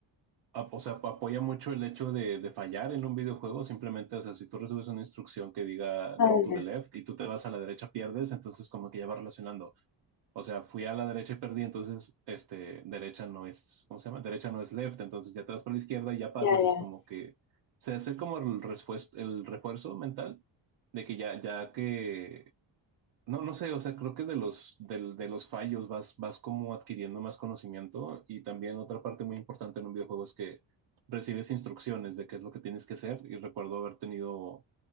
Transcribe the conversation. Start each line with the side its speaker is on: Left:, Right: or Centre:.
Right: ap- o sea, apoya mucho el hecho de, de fallar en un videojuego. Simplemente, o sea, si tú recibes una instrucción que diga
Left: Ah,
Right: go to
Left: ya,
Right: the left y tú te vas a la derecha, pierdes, entonces como que ya va relacionando. O sea, fui a la derecha y perdí, entonces, este, derecha no es, ¿cómo se llama? Derecha no es left, entonces ya te vas por la izquierda y ya pasas,
Left: ya, ya.
Right: es como que se hace como el refuerzo, el refuerzo mental de que ya, ya que no, no sé, o sea, creo que de los, del- de, los fallos vas, vas como adquiriendo más conocimiento y también otra parte muy importante en un videojuego es que recibes instrucciones de qué es lo que tienes que hacer y recuerdo haber tenido,